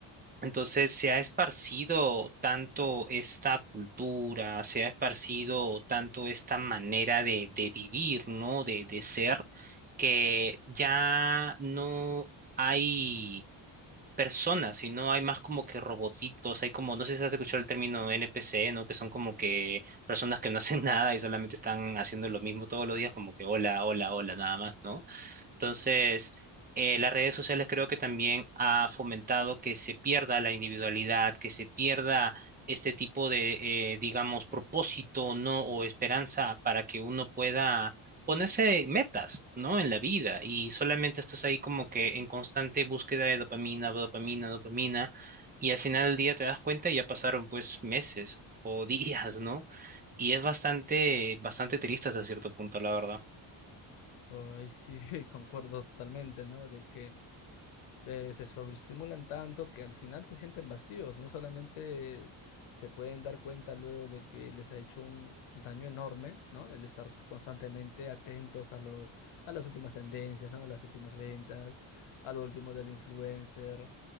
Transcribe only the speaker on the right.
Entonces se ha esparcido tanto esta cultura, se ha esparcido tanto esta manera de, de vivir, ¿no? De, de ser, que ya no hay personas, sino hay más como que robotitos, hay como, no sé si has escuchado el término NPC, ¿no? Que son como que personas que no hacen <laughs> nada y solamente están haciendo lo mismo todos los días, como que hola, hola, hola, nada más, ¿no? Entonces, eh, las redes sociales creo que también ha fomentado que se pierda la individualidad, que se pierda este tipo de, eh, digamos, propósito, ¿no? O esperanza para que uno pueda ponerse metas, ¿no? En la vida y solamente estás ahí como que en constante búsqueda de dopamina, dopamina, dopamina y al final del día te das cuenta y ya pasaron pues meses o <laughs> días, ¿no? Y es bastante, bastante triste hasta cierto punto, la verdad.